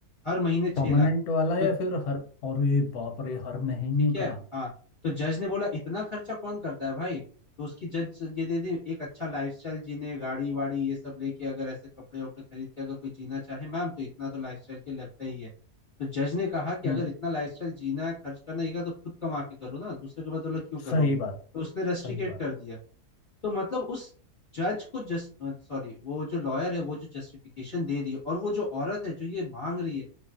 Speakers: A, on the left; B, on the left.
A: हर महीने छह
B: परमानेंट
A: लाख
B: वाला
A: तो
B: या फिर हर अरे बाप रे हर महीने
A: ठीक है
B: का
A: हाँ तो जज ने बोला इतना खर्चा कौन करता है भाई तो उसकी जज ये दे दी एक अच्छा लाइफस्टाइल जीने गाड़ी वाड़ी ये सब लेके अगर ऐसे कपड़े वपड़े खरीद के अगर कोई जीना चाहे मैम तो इतना तो लाइफस्टाइल के लगता ही है तो जज ने कहा कि
B: हम्म
A: अगर इतना लाइफस्टाइल जीना है खर्च करना है तो खुद कमा के करो ना दूसरे के बदौलत क्यों करोगे
B: सही
A: तो
B: बात
A: उसने रेस्ट्रिकेट
B: सही बात
A: कर दिया तो मतलब उस जज को जस्ट सॉरी वो जो लॉयर है वो जो जस्टिफिकेशन दे रही है और वो जो औरत है जो ये मांग रही है